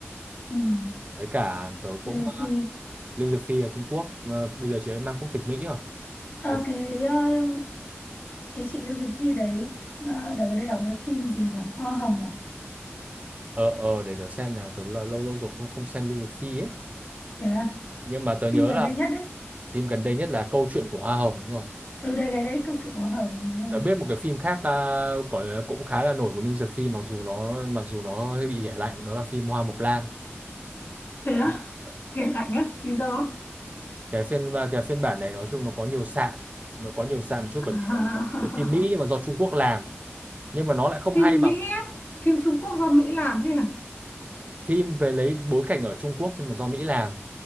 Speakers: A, on the left; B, on the right.
A: ừm,
B: với cả tớ cũng
A: Như
B: ờ,
A: Phi
B: Lưu Dực Phi ở Trung Quốc mà bây giờ chị ấy mang quốc tịch Mỹ rồi
A: Ờ,
B: Đấy.
A: cái ờ, cái chị Lưu Dực Phi đấy ờ, đợt gần đây đóng cái phim gì nhỉ Hoa Hồng à
B: ờ ờ để tớ xem nào tớ lâu lâu lâu rồi không không xem Lưu Dực Phi ấy
A: thế à
B: nhưng mà tớ
A: phim
B: nhớ
A: gần
B: là
A: đây nhất đấy
B: phim gần đây nhất là Câu chuyện của Hoa Hồng đúng rồi
A: ừ đây đây đấy câu chuyện Hoa Hồng ừ.
B: đã biết một cái phim khác ờ, gọi là cũng khá là nổi của New Dược Phim mặc dù nó mặc dù nó hơi bị ghẻ lạnh đó là phim Hoa Mộc Lan
A: Thế á? Kể lạnh á? Lý do?
B: cái phiên cái phiên bản này nói chung nó có nhiều sạn nó có nhiều sạn một chút bởi
A: À,
B: vì nó do cái phim Mỹ nhưng
A: <laughs>
B: mà do Trung Quốc làm nhưng mà nó lại không
A: Phim
B: hay bằng
A: Mỹ á? Phim Trung Quốc do Mỹ làm chứ hả?
B: phim về lấy bối cảnh ở Trung Quốc nhưng mà do Mỹ làm